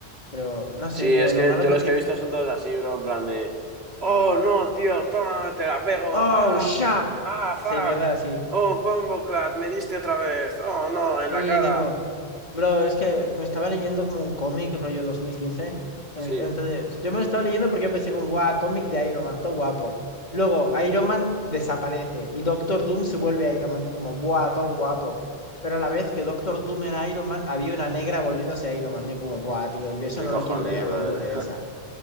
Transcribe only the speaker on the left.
pero no sé,
tío,
lo
malo
que
tiene,
oh,
shock,
sí, mierda, así.
Sí,
tipo, bro, es que me estaba leyendo como un cómic rollo 2015. en
el que- Entonces, yo me lo estaba leyendo porque yo pensé como, guau, cómic de Iron Man, todo guapo. Luego, Iron Man desaparece y Doctor Doom se vuelve Iron Man y como, buah, todo guapo. Pero a la vez que Doctor Doom era Iron Man, había una negra volviéndose Iron Man y yo como, buah, tío, yo eso
no
lo quiero leer,
no me interesa.